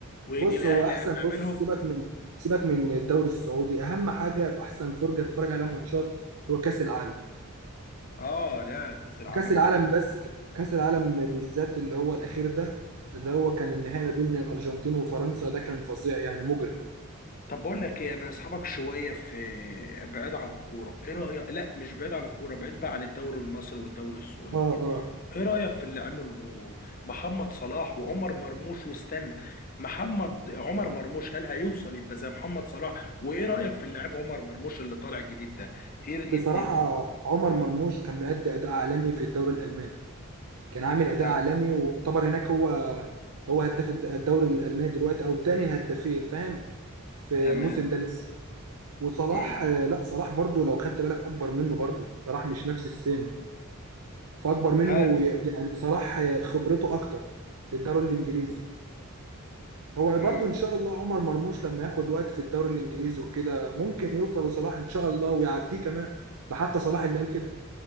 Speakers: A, on the left; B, on the right.
A: ويجي
B: بص
A: الاهلي
B: هو احسن
A: قابلهم
B: بص سيبك من سيبك من الدوري السعودي اهم حاجه واحسن فرجه تتفرج عليها ماتشات هو كاس العالم
A: اه لا كاس العالم
B: كاس العالم بس كاس العالم بالذات اللي هو الاخير ده اللي هو كان النهائي ما بين الارجنتين وفرنسا ده كان فظيع يعني مجرم
A: طب بقول لك ايه انا اسحبك شويه في بعيد عن الكوره ايه رايك لا مش بعيد عن الكوره بعيد بقى عن الدوري المصري والدوري السعودي
B: اه
A: وكده
B: اه
A: ايه رايك في اللي عمله محمد صلاح وعمر مرموش واستنى محمد عمر مرموش هل هيوصل يبقى زي محمد صلاح وايه رايك في اللاعب عمر مرموش اللي طالع جديد ده ايه ايه
B: بصراحه
A: الدنيا
B: عمر مرموش كان مادي اداء عالمي في الدوري الالماني كان عامل اداء
A: ت-
B: عالمي ويعتبر هناك هو هو هداف الد- الدوري الالماني دلوقتي او الثاني الهدافين فاهم في
A: تمام
B: الموسم ده لسه وصلاح
A: امم
B: آه، لا صلاح برضو لو خدت بالك اكبر منه برضو صلاح مش نفس السن فاكبر منه
A: اه
B: وي- يعني صلاح آه، خبرته اكتر في الدوري الانجليزي هو
A: امم
B: برضو ان شاء الله عمر مرموش لما ياخد وقت في الدوري الانجليزي وكده ممكن يوصل لصلاح ان شاء الله ويعديه كمان ده حتى صلاح اللي قال كده